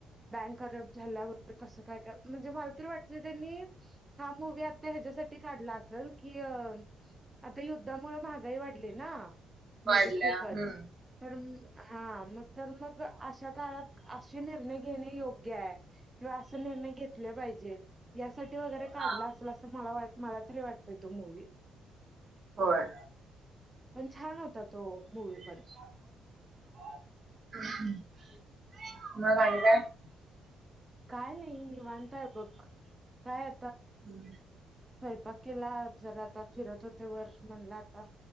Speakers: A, on the right; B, on the right.
A: बँक करप्ट झाल्यावर कसं काय काय म्हणजे मला तरी वाट त्यांनी हा मुवी आता ह्याच्यासाठी काढला असेल की आता युद्धामुळे महागाई वाढली ना
B: वाढल्या
A: मध्ये खूपच
B: हम्म
A: तर हा मग तर मगं अशा काळात असे निर्णय घेणे योग्य आहे किंवा असे निर्णय घेतले पाहिजेत यासाठी वगैरे काढला
B: हा
A: असेल असं मला मला तरी वाटत तो मूवी
B: होय
A: पण छान होता तो मूवी पण
B: <unintelligible>
A: काय नाही मी बनताय बघ काय आ
B: हम्म.
A: स्वयंपाक केला जरा आता फिरत होते व म्हणला आता